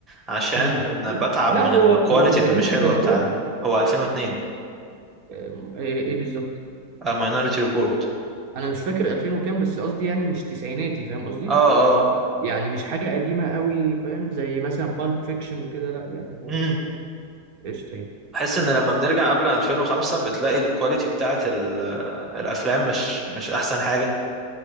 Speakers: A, in the centre; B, on the right (about 65°).
A: عشان
B: مم.
A: بتعب
B: لا
A: من
B: هو
A: الكواليتي
B: هو مش
A: اللي
B: قديم
A: مش
B: للدرجة
A: حلوه بتاع ال...
B: دي
A: هو 2002
B: آه، ايه إيه بالظبط
A: ماينوريتي ريبورت
B: انا مش فاكر 2000 وكام بس قصدي يعني مش تسعيناتي فاهم قصدي
A: اه Minority Report. اه آه.
B: يعني مش حاجه قديمه قوي فاهم زي مثلا بالب فيكشن وكده لا يعني هو
A: عس...
B: قشطه يعني
A: بحس ان لما بنرجع قبل 2005 بتلاقي الكواليتي بتاعت ال- الافلام مش مش احسن حاجه